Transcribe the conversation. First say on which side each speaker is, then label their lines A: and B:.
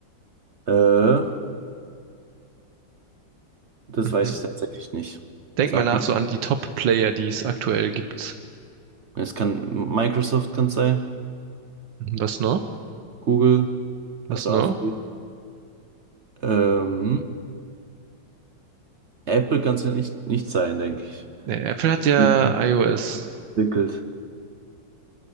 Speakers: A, on the right (about 45°); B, on the right (about 80°).
A: Äh, das
B: Mhm.
A: weiß ich tatsächlich nicht.
B: Denk
A: Sag
B: mal nach
A: mal.
B: so an die Top-Player, die es aktuell gibt.
A: Es kann Microsoft kann es sein,
B: Mhm, Was noch?
A: Google,
B: Was
A: also
B: noch?
A: Alphabet. Ähm, Apple kann es ja nicht, nicht sein, denke ich.
B: Nee, Apple hat ja
A: Mhm.
B: iOS.
A: Entwickelt.